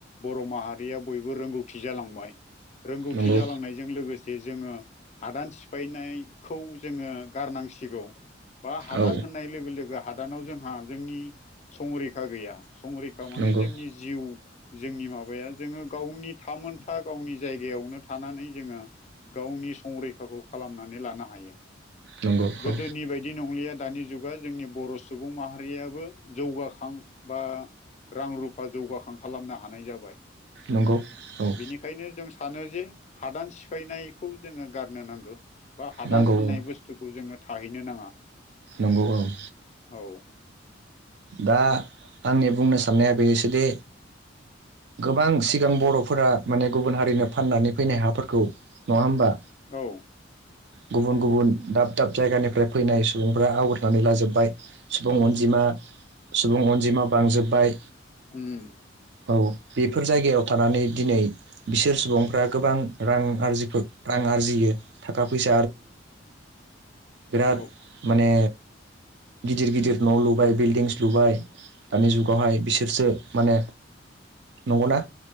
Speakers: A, on the left (about 35°); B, on the right (about 60°).
A: बर' माहारिया बयबो रोंगौथि जालांबाय रोंगौथि
B: नंगौ
A: जालांनायजों लोगोसे जोङो हादान सिफायनायखौ जोङो गारनांसिगौ बा हादान
B: औ
A: होननाय लोगो लोगो हा दानाव जोंहा जोंनि संरैखा गैया संरैखा माने
B: नंगौ
A: जोंनि जिउ जोंनि माबाया जोङो गावनि थामोनथा गावनि जायगायावनो थानानै जोङो गावनि <unintelligible> संरै खाखौ खालामनानै लानो हायो
B: नंगौ
A: गोदोनि
B: औ
A: बायदि नंलिया दानि जुगा जोंनि बर' सुबुं माहारियाबो जौगाखां बा रां रुफा जौगाखां खालामनो हानाय जाबाय
B: नंगौ औ
A: बिनिखायनो जों सानो जे हादान सि सिफायनायखौ जोङो गारनो नांगौ बा हादान
B: नंगौ
A: होननाय
B: औ
A: बुस्थुखौ जोङो थाहैनो नाङा
B: नंगौ औ <inaudible>
A: औ
B: दा आंनि बुंनो साननाया बेनोसोदि गोबां सिगां बर'फोरा माने गुबुन हारिनो फाननानै फैनाय हाफोरखौ नङा होमबा?
A: औ
B: गुबुन गुबुन दाब दाब जायगानिफ्राय फैनाय सुबुंफ्रा आवगयनानै लाजोबबाय सुबुं
A: लाजोबबाय
B: अनजिमा सुबुं अनजिमा बांजोब्बाय
A: उम
B: औ बेफोर जायगायाव थानानै दिनै बिसोर सुबुंफ्रा गोबां रां आरजिबो आरजियो थाखा फैसा <unintelligible> बिराद
A: औ
B: माने गिदिर गिदिर न' लुबाय बिल्डिंस लुबाय दानि जुगावहाय बिसोरसो माने नंगौना